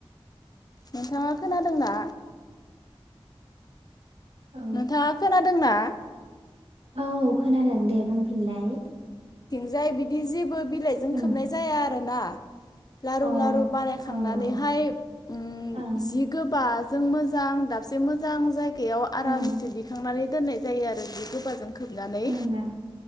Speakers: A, on the left; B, on the right.
A: नोंथाङा खोनादोंना?
B: औ
A: नोंथाङा खोनादोंना?
B: औ खोनादों दे बुंफिनलाय
A: जाय बिदि जेबो बिलाइजों
B: ओं
A: खोबनाय जाया आरो ना लारु
B: अ औ
A: लारु बानायखांनानैहाय
B: औ ओं
A: उम
B: ओं
A: जि गोबा जों मोजां दाबसे मोजां जायगा बेयाव आरामसे
B: ओं
A: दिखांनानै दोननाय जायो आरो जि गोबाजों खोबनानै
B: ओं औ